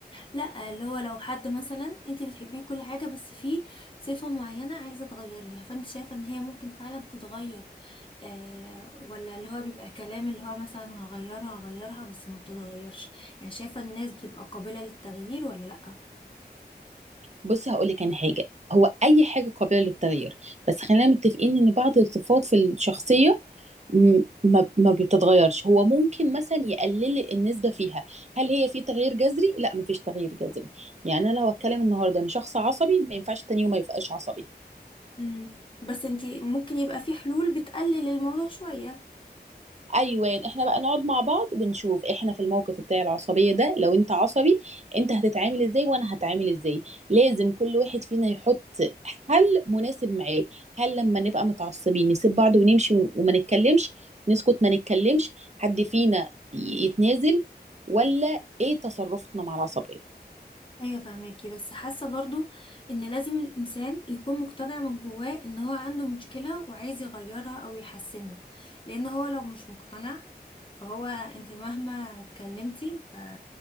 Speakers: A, on the left (about 30°); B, on the right (about 40°).
A: لا اللي هو لو حد مثلا انت بتحبيه كل حاجة بس فيه صفة معينة عايزة تغيريها فانت شايفة ان هي ممكن فعلا تتغير آه ولا اللي هو بيبقى كلام اللي هو مثلا هغيرها هغيرها بس ما بتتغيرش يعني شايفة الناس بتبقى قابلة للتغيير ولا لا
B: بصي هقول لك أنا حاجة هو أي حاجة قابلة للتغيير بس خلينا متفقين إن بعض الصفات في الشخصية م- ما ما بتتغيرش هو ممكن مثلا يقلل النسبة فيها هل هي في تغيير جذري لا ما فيش تغيير جذري يعني انا لو اتكلم النهارده انا شخص عصبي ما ينفعش تاني يوم ما يبقاش عصبي
A: امم بس انت ممكن يبقى في حلول بتقلل الموضوع شوية
B: ايوه احنا بقى نقعد مع بعض ونشوف احنا في الموقف بتاع العصبيه ده لو انت عصبي انت هتتعامل ازاي وانا هتعامل ازاي لازم كل واحد فينا يحط حل مناسب معاه هل لما نبقى متعصبين نسيب بعض ونمشي ون- وما نتكلمش نسكت ما نتكلمش حد فينا ي- يتنازل ولا ايه تصرفنا مع العصبيه
A: ايوه فاهماكي بس حاسه برضو ان لازم الانسان يكون مقتنع من جواه ان هو عنده مشكله وعايز يغيرها او يحسنها لان هو لو مش مقتنع فهو انت مهما اتكلمتي ف...